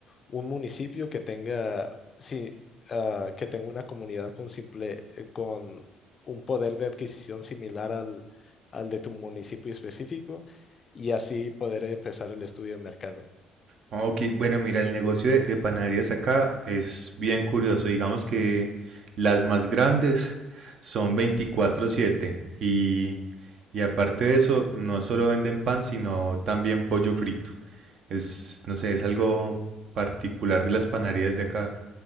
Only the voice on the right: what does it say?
Ah, Ok, bueno, mira, el negocio de, de panaderías acá es bien curioso. Digamos que las más grandes son veinticuatro siete y, y aparte de eso, no solo venden pan, sino también pollo frito. Es, no sé, es algo particular de las panaderías de acá.